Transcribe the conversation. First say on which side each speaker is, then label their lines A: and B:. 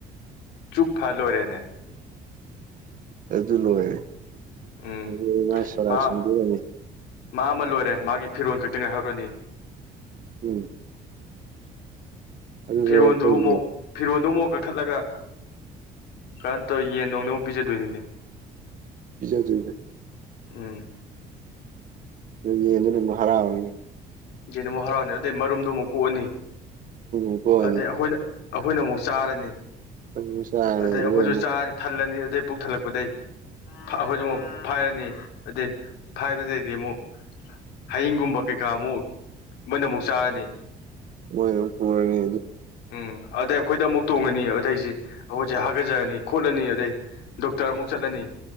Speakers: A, on the left; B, on the right.
A: ꯆꯨꯞ ꯐ ꯂꯣꯏꯔꯦꯅꯦ
B: ꯂ
A: ꯎꯝ ꯃꯥ ꯃꯥ ꯑꯃ ꯂꯣꯏꯔꯦ ꯃꯥꯒꯤ ꯐꯤꯔꯣꯜ ꯈꯛꯇ ꯉꯥꯏꯍꯧꯔꯅꯤ
B: ꯎꯝ ꯑꯗꯨꯁꯨ
A: ꯐꯤꯔꯣꯟꯜꯗꯨ
B: ꯑꯩꯈꯣꯏꯒꯤ
A: ꯑꯃꯨꯛ ꯐꯤꯔꯣꯟꯜꯗꯨ ꯑꯃꯨꯛ ꯀꯛꯊꯠꯂꯒ ꯀꯔꯅ ꯇꯧꯔ ꯌꯦꯟ ꯅꯅꯨꯡꯗ ꯑꯃꯨꯛ ꯄꯤꯖꯗꯣꯏꯅꯤꯅꯦ
B: ꯄꯤꯖꯥꯗꯣꯏꯕ
A: ꯎꯝ
B: ꯑꯗꯨ ꯌꯦꯟꯗꯨꯅ ꯑꯃꯨꯛ ꯍꯔꯥꯎꯔꯅꯤ
A: ꯌꯦꯅ ꯑꯃꯨꯛ ꯍꯔꯥꯎꯅꯤ ꯑꯗꯨꯗꯩ ꯃꯔꯨꯝꯗꯣ ꯑꯃꯨꯛ ꯀꯣꯛꯑꯅꯤ
B: ꯎ ꯀꯣꯅꯤ
A: ꯑꯗꯩ ꯑꯩꯈꯣꯏꯅ ꯑꯩꯈꯣꯏꯅ ꯑꯃꯨꯛ ꯆꯥꯔꯅꯤ
B: ꯑꯃꯨꯛ ꯆꯥꯔꯅꯤ
A: ꯑꯗꯩ ꯑꯩꯈꯣꯏꯁꯨ
B: ꯑꯃꯨꯛ
A: ꯆꯥꯔꯅꯤ ꯊꯜꯂꯅꯤ ꯑꯗꯨꯗꯩ ꯄꯨꯛ ꯊꯜꯂꯛꯄꯗꯩ ꯑꯩꯈꯣꯏꯗꯤ ꯑꯃꯨꯛ ꯐꯥꯏꯔꯅꯤ ꯑꯗꯨꯗꯩ ꯐꯥꯏꯕꯗꯩꯗꯤ ꯑꯃꯨꯛ ꯍꯌꯤꯡꯒꯨꯝꯕ ꯀꯩꯀꯥ ꯑꯃꯨꯛ ꯃꯣꯏꯅ ꯑꯃꯨꯛ ꯆꯥꯔꯅꯤ
B: ꯃꯣꯏ ꯄꯔꯅꯤ
A: ꯎꯝ ꯑꯗꯩ ꯑꯩꯈꯣꯏꯗ ꯑꯃꯨꯛ ꯇꯣꯡꯉꯅꯤ ꯑꯗꯩꯁꯤ ꯑꯩꯈꯣꯏꯁꯦ ꯍꯥꯒꯠꯆꯔꯅꯤ ꯈꯣꯠꯂꯅꯤ ꯑꯗꯩ ꯗꯣꯛꯇꯔ ꯑꯃꯨꯛ ꯆꯠꯂꯅꯤ